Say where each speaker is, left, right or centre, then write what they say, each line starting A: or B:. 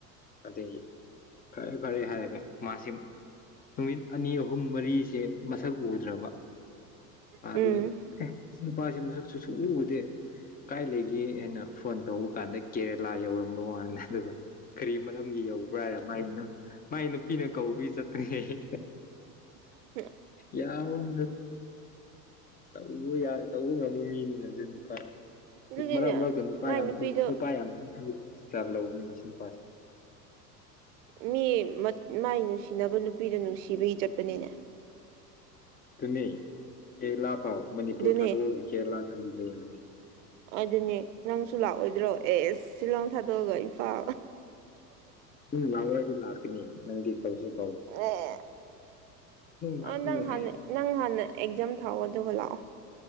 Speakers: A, on the left (about 20°); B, on the right (about 50°).
A: ꯑꯗꯒꯤ ꯐꯔꯦ ꯐꯔꯦ ꯍꯥꯏꯔꯒ ꯃꯥꯁꯤ ꯅꯨꯃꯤꯠ ꯑꯅꯤ ꯑꯍꯨꯝ ꯃꯔꯤꯁꯦ ꯃꯁꯛ ꯎꯗ꯭ꯔꯕ ꯑꯗꯒꯤ
B: ꯎꯝ
A: ꯑꯦ ꯅꯨꯄꯥꯁꯦ ꯃꯁꯛꯁꯨꯨ ꯁꯨꯎ ꯎꯗꯦ ꯀꯥꯏ ꯂꯩꯒꯦ ꯑꯩꯅꯥ ꯐꯔꯣꯟ ꯇꯧꯕ ꯀꯥꯟꯗ ꯀꯦꯔꯦꯂꯥ ꯌꯧꯔꯝꯕ ꯋꯥꯅꯤꯗꯥ ꯗꯨꯒꯥ ꯀꯔꯤ ꯃꯔꯝꯒꯤ ꯌꯧꯕ꯭ꯔꯥ ꯍꯥꯏꯔꯥ ꯃꯥꯒꯤꯅ ꯃꯥꯒꯤ ꯅꯨꯄꯤꯅ ꯀꯧꯕꯤ ꯆꯠꯄꯥꯥꯅꯦꯍꯦ
B: <inaudible>
A: ꯌꯥꯎꯅ ꯇꯧꯕ ꯌꯥ ꯇꯧꯕ ꯉꯝꯕ ꯃꯤꯅꯤꯅꯦ ꯑꯗꯨ ꯅꯨꯄꯥꯗꯣ
B: ꯑꯗꯨꯅꯦ
A: ꯃꯔꯛ ꯃꯔꯛꯇ ꯅꯨꯄꯥ
B: ꯃꯥꯏ
A: ꯌꯥꯝ
B: ꯅꯨꯄꯤꯗꯣ
A: ꯊꯣꯛ ꯅꯨꯄꯥ ꯌꯥꯝ <unintelligible> ꯌꯥꯝ ꯂꯧꯕꯅꯤꯅꯦ ꯁꯤ ꯅꯨꯄꯥꯁꯦ
B: ꯃꯤ ꯃꯠ ꯃꯥꯏ ꯅꯨꯡꯁꯤꯅꯕ ꯅꯨꯄꯤꯗꯨ ꯅꯨꯡꯁꯤꯕꯒꯤ ꯆꯠꯄꯅꯤꯅꯦ
A: ꯇꯨꯅꯦ ꯀꯦꯔꯦꯂꯥ ꯐꯥꯎ ꯃꯅꯤꯄꯨꯔ
B: ꯑꯗꯨꯅꯦ
A: ꯊꯥꯗꯣꯛꯑꯒ ꯀꯦꯔꯦꯂꯥ ꯆꯪꯕꯥ ꯌꯥꯢ
B: ꯑꯗꯨꯅꯦ ꯅꯪꯁꯨ ꯂꯥꯛꯑꯣꯏꯗ꯭ꯔꯣ ꯑꯦꯁ ꯁꯤꯜꯂꯣꯡ ꯊꯥꯗꯣꯛꯑꯒ ꯏꯝꯐꯥꯜ
A: ꯅꯪꯅ ꯂꯥꯛꯑꯣꯍꯥꯏꯗꯤ ꯂꯥꯛꯀꯅꯤ ꯅꯪꯗꯤ ꯍꯧꯖꯤꯛ
B: ꯑꯦ
A: ꯂꯥꯛꯀꯅꯨ
B: ꯑ ꯅꯪ ꯍꯥꯟꯅ
A: ꯍꯥꯏ
B: ꯅꯪ ꯍꯥꯟꯅ ꯑꯦꯛꯖꯥꯝ ꯊꯥꯎꯑꯣ ꯑꯗꯨꯒ ꯂꯥꯛꯑꯣ